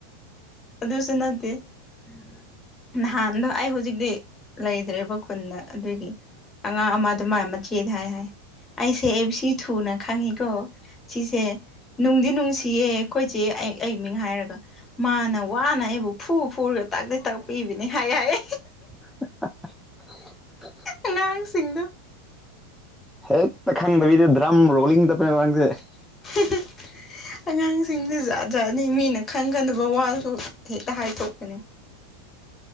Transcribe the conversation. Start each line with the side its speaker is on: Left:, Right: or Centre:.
Left: ꯑꯗꯨꯁ ꯅꯠꯇꯦ
Centre: ꯎꯝ <unintelligible>
Left: ꯅꯍꯥꯟꯗꯣ ꯑꯩ ꯍꯧꯖꯤꯛꯇꯤ ꯂꯩꯗ꯭ꯔꯦꯕ ꯈꯨꯟꯗ ꯑꯗꯨꯒꯤ ꯑꯉꯥꯡ ꯑꯃꯗ ꯃꯥꯏ ꯃꯆꯦꯗ ꯍꯥꯏ ꯍꯥꯏ ꯑꯩꯁꯦ ꯑꯦ ꯕꯤ ꯊꯨꯅ ꯈꯪꯉꯤꯀꯣ ꯁꯤꯁꯦ ꯅꯨꯡꯗꯤ ꯅꯨꯡꯁꯤꯌꯦ ꯑꯩꯈꯣꯏꯆ‌ꯦ ꯑꯩ ꯑꯩ ꯃꯤꯡ ꯍꯥꯏꯔꯒ ꯃꯥꯅ ꯋꯥꯅ ꯑꯩꯕꯨ ꯐꯨ ꯐꯨꯔꯒ ꯇꯥꯛꯗꯤ ꯇꯥꯛꯄꯤꯕꯅꯤ ꯍꯥꯏ ꯍꯥꯏ
Centre: <unintelligible>
Left: ꯑꯉꯥꯡꯁꯤꯡꯗꯨ
Centre: ꯍꯦꯛꯛꯇ ꯈꯪꯗꯕꯤꯗ ꯗ꯭ꯔꯝ ꯔꯣꯂꯤꯡ ꯇꯦꯁꯦ <unintelligible>
Left: <unintelligible> ꯑꯉꯥꯡꯁꯤꯡꯁ‌ꯦ ꯖꯥꯠ ꯖꯥꯠꯅꯤ ꯃꯤꯅ ꯈꯟꯒꯗꯕ ꯋꯥꯁꯨ ꯍꯦꯛꯇ ꯍꯥꯏꯊꯣꯛꯄꯤꯅꯤ